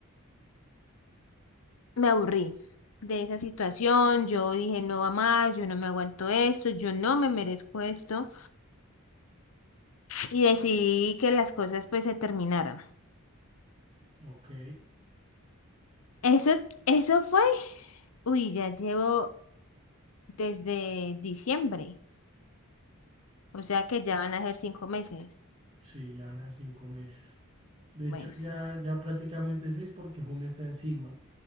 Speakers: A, on the left (about 70°); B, on the right (about 30°).
A: me aburrí de esa situación, yo dije no va más, yo no me aguanto esto, yo no me merezco esto y decidí que las cosas pues se terminaran.
B: Ok,
A: Eso, eso fue, uy, ya llevo desde diciembre, o sea que ya van a ser cinco meses.
B: sí, ya van a ser cinco meses. De
A: Bueno,
B: hecho, ya, ya prácticamente seis porque junio está encima.